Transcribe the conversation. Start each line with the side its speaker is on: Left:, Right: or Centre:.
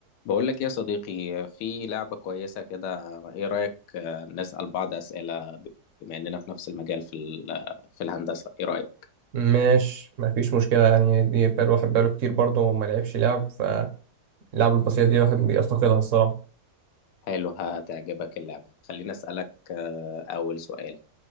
Left: بقول لك إيه يا صديقي في لعبة كويسة كده ايه رأيك آه، نسأل بعض أسئلة بما اننا في نفس المجال في ال- في الهندسة ايه رأيك
Right: ماشي مفيش مشكلة يعني دي بقى الواحد بقاله كتير برضه وما لعبش لعب فاللعب البسيطة دي الواحد بيفتقدها الصراحة
Left: حلو هتعجبك اللعبة خليني أسألك آه، أول سؤال